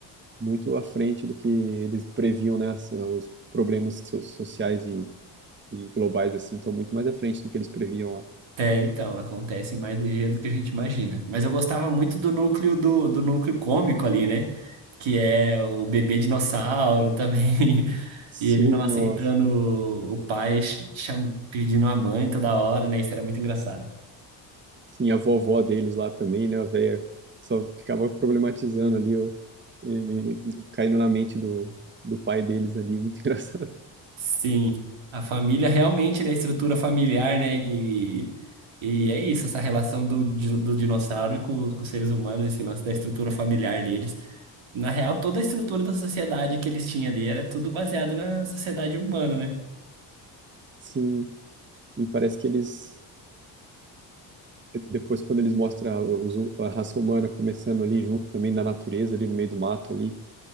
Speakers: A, on the right; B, on the right.
A: muito à frente do que eles previam, né? As- Os problemas so- sociais e, e globais, assim, estão muito mais à frente do que eles previam lá.
B: É, então, acontece mais ligeiro do que a gente imagina. Mas eu gostava muito do núcleo do, do núcleo cômico ali, né? que é o bebê dinossauro também, <laughs>
A: Sim,
B: e ele não aceitando
A: nossa.
B: o pai, cham- pedindo a mãe toda hora, né? Isso era muito engraçado.
A: Sim, a vovó deles lá também, né? A véia só ficava problematizando ali, ó, e me- caindo na mente do, do pai deles ali. Muito <laughs> engraçado.
B: Sim, a família realmente, né, a estrutura familiar, né? E, e é isso, essa relação do, di- do dinossauro com, com os seres humanos, esse lance da estrutura familiar deles. Na real, toda a estrutura da sociedade que eles tinham ali era tudo baseado na sociedade humana, né?
A: Sim, e parece que eles depois quando eles mostram os- a raça humana começando ali junto também na natureza, ali no meio do mato ali,